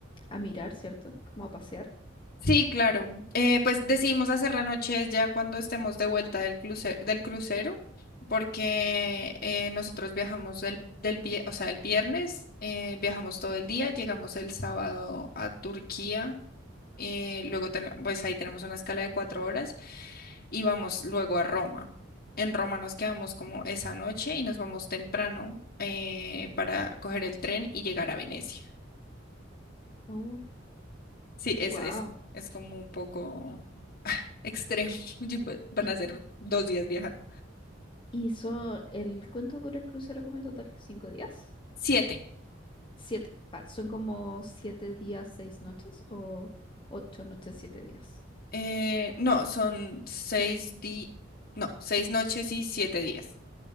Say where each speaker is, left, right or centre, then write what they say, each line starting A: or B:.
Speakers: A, on the left; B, on the left.
A: a mirar, ¿cierto? Como a pasear.
B: Sí, claro. Eh, pues decidimos hacer la noche ya cuando estemos de vuelta del cruce- del crucero, porque eh, nosotros viajamos del, del vie- o sea, el viernes, eh, viajamos todo el día, llegamos el sábado a Turquía, eh, luego ten- pues ahí tenemos una escala de cuatro horas y vamos luego a Roma. En Roma nos quedamos como esa noche y nos vamos temprano eh, para coger el tren y llegar a Venecia.
A: Oh,
B: Sí, es,
A: wow.
B: es, es como un poco... extremo. <laughs> Yo- Van
A: ¿Y,
B: a ser dos días viajando.
A: y so- el cuánto dura el crucero como en total? ¿Cinco días?
B: Siete.
A: Siete. Ah, ¿son como siete días, seis noches o ocho noches, siete días?
B: Eh, no, son seis di, no, seis noches y siete días.